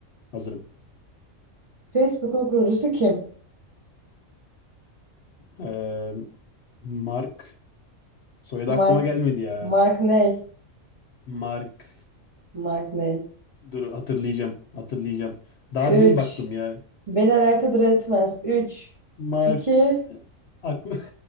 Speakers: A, on the left; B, on the right.
A: Hazırım.
B: Facebook'un kurucusu kim?
A: Ee, Mark. Soyadı aklıma
B: Mark.
A: gelmedi ya.
B: Mark ney?
A: Mark.
B: Mark ney?
A: Dur hatırlayacağım. Hatırlayacağım. Daha
B: üç
A: dün baktım ya.
B: Beni alakadar etmez. üç
A: Mark.
B: iki
A: Aklı...